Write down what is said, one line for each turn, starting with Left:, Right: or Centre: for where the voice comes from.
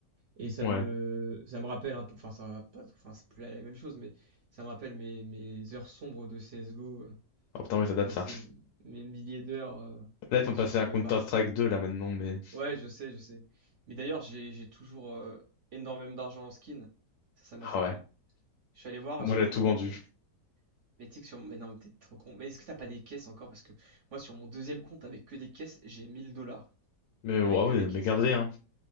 Right: Et ça
Left: Ouais.
Right: me, ça me rappelle un peu, enfin, ça va pas, enfin, c'est plus la même chose, mais ça me rappelle mes, mes heures sombres de CSGO, euh,
Left: Oh putain, oui, ça date
Right: passer
Left: ça.
Right: mes milliers d'heures euh,
Left: Là, ils sont
Right: sur
Left: passés
Right: ce,
Left: à Counter-Strike
Right: enfin,
Left: 2, là, maintenant, mais.
Right: Ouais, je sais, je sais. Mais d'ailleurs, j'ai j'ai toujours euh, énormément d'argent en skin. Ça, ça m'a
Left: Ah
Right: choqué.
Left: ouais.
Right: Je suis allé voir
Left: Moi,
Right: sur
Left: j'ai
Right: mon...
Left: tout vendu.
Right: Mais tu sais que sur... Mais non, mais t'es trop con. Mais est-ce que t'as pas des caisses encore? Parce que moi, sur mon deuxième compte, avec que des caisses, j'ai 1000 dollars.
Left: Mais,
Right: Avec
Left: ouais,
Right: que
Left: ouais,
Right: des caisses.
Left: mais gardez-les, hein.